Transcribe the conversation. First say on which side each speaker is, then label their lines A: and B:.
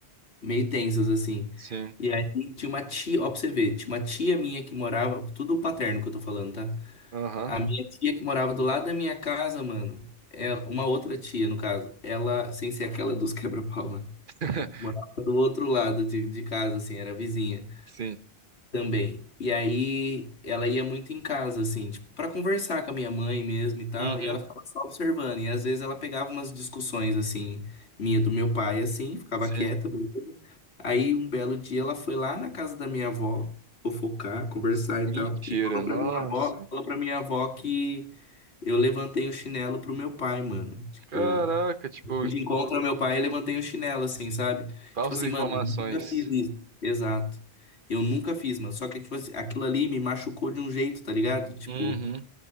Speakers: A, on the left; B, on the right.
A: meio tensas, assim.
B: Sim.
A: E aí tinha uma tia, ó, pra você ver, tinha uma tia minha que morava, tudo paterno que eu tô falando, tá?
B: Aham.
A: A minha tia que morava do lado da minha casa, mano, é uma outra tia, no caso, ela, sem ser aquela dos <laughs> quebra-pau, né?
B: <laughs>
A: Morava do outro lado de, de casa, assim, era vizinha
B: Sim.
A: também. E aí ela ia muito em casa, assim, tipo, pra conversar com a minha mãe mesmo e tal.
B: Uhum.
A: E ela ficava só observando. E às vezes ela pegava umas discussões, assim, minha do meu pai, assim, ficava
B: Sim.
A: quieta. beleza. Aí um belo dia ela foi lá na casa da minha avó fofocar, conversar e
B: Mentira.
A: tal. E falou
B: Nossa.
A: pra minha avó, falou pra minha avó que eu levantei o chinelo pro meu pai, mano. Tipo
B: Caraca, tipo,
A: gente encontra meu pai, e levantei o chinelo, assim, sabe?
B: falsas
A: Tipo assim,
B: informações.
A: mano, nunca fiz isso. Exato. Eu nunca fiz, mano. Só que, tipo assim, aquilo ali me machucou de um jeito, tá ligado? Tipo,
B: Uhum.